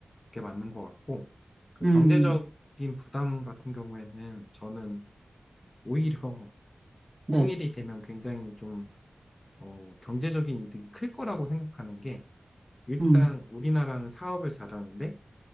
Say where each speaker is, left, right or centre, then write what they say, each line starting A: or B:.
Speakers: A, on the left; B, on the right.
A: 게 맞는 것 같고, 그
B: 음,
A: 경제적인 부담 같은 경우에는 저는 오히려
B: 네,
A: 통일이 되면 굉장히 좀, 어, 경제적인 이득이 클 거라고 생각하는 게, 일단
B: 음,
A: 우리나라는 사업을 잘하는데,